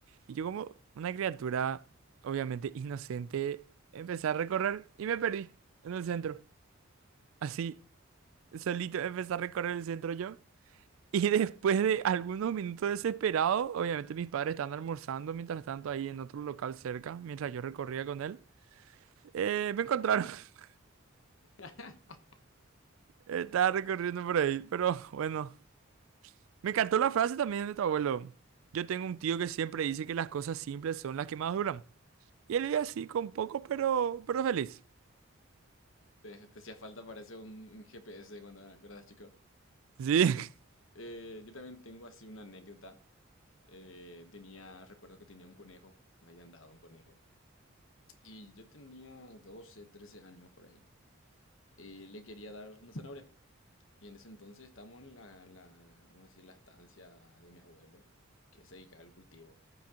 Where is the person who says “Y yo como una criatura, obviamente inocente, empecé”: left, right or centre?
Right